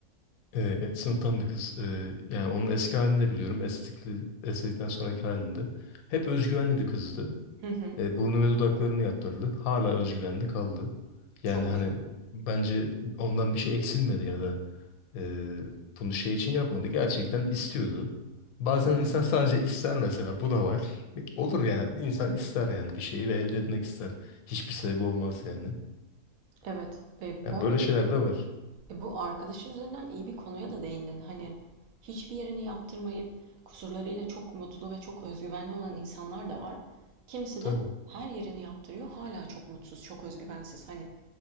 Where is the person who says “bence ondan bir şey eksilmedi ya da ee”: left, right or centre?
Left